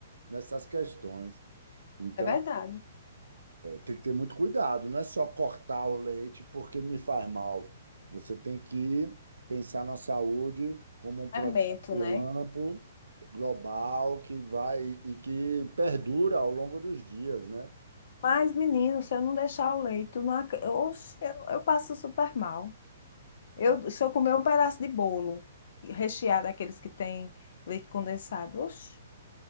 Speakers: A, on the right; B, on the left.
A: nessas questões. Então
B: É verdade.
A: tem que ter muito cuidado, não é só cortar o leite porque me faz mal. Você tem que pensar na saúde como um processo
B: É bento, né?
A: amplo, global, que vai e que perdura ao longo dos dias, né?
B: Mas, menino, se eu não deixar o leite, eu, não ac- Oxe, eu, eu passo super mal. Eu,
A: É.
B: se eu comer um pedaço de bolo recheado, daqueles que tem leite condensado, oxe,